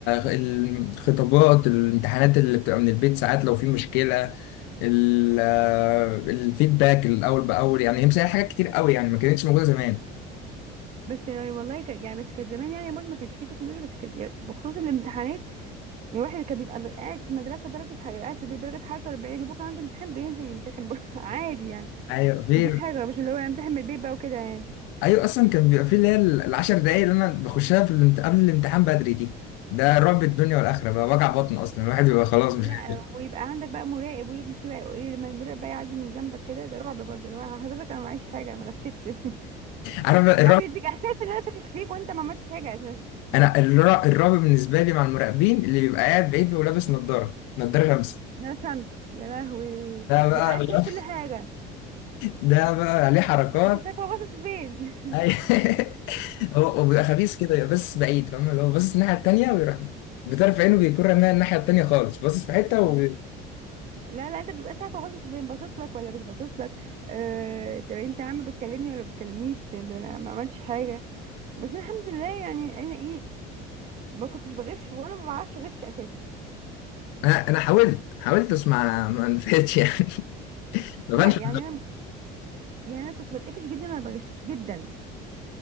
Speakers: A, on the left; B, on the right.
A: الخطابات الامتحانات اللي بتبقى من البيت ساعات لو في مشكله ال- الفيدباك الاول باول يعني هي مسهله حاجات كتير قوي يعني ما كانتش موجوده زمان
B: بس يعني والله ك... يعني بس كانت زمان يعني برضه ما كانش فيه تكنولوجيا بس كانت يعني بخصوص الامتحانات يعني الواحد كان بيبقى قاعد في المدرسة درجة ح- قاعد في البيت درجة حرارة 40 وبكرة عنده امتحان بينزل يمتحن بره <laughs> عادي يعني
A: ايوه غير
B: مفيش حاجة مش اللي هو يمتحن من البيت بقى وكده يعني
A: ايوه اصلا كان بيبقى فيه اللي هي ال- العشر دقايق اللي انا بخشها في الامت... قبل الامتحان بدري دي ده رعب الدنيا والاخره بقى وجع بطن اصلا الواحد بيبقى خلاص
B: لا
A: مش <laughs>
B: ويبقى عندك بقى مراقب ويمشي بقى ايه لما المراقب بقى يعدي من جنبك كده ده رعب برضه لو حضرتك انا معيش حاجة انا ما غشيتش <laughs>
A: عارف الرعب
B: او بيديك احساس ان انا شاكك فيك وانت ما عملتش حاجة اساسا
A: انا الرعب, الرعب بالنسبه لي مع المراقبين اللي بيبقى قاعد بعيد ولابس نظاره نظاره شمس
B: لا شمس يا لهوي
A: ده بقى
B: بقى قاعد شايف
A: <laughs>
B: كل حاجة
A: ده بقى عليه حركات
B: انت شايف هو باصص فين
A: أي- <laughs> هو هو بيبقى خبيث كده يبقى بس بعيد فاهم اللي هو باصص الناحيه التانيه ويروح بطرف عينه بيكون رميها الناحيه التانيه خالص باصص في حته
B: <laughs>
A: و...
B: لا لا انت بتبقاش عارفه باصص فين باصص لك ولا مش باصص لك آه، طب انت يا عم بتكلمني ولا بتكلمنيش ده انا ما عملتش حاجه بس أنا الحمد لله يعني انا ايه ما كنتش بغش ولا ما بعرفش اغش اساسا
A: انا أنا حاولت حاولت بس ما ما نفعتش يعني <laughs> ما
B: لا
A: بانش
B: يعني انا يعني انا كنت بتقفش جدا وانا بغش جدا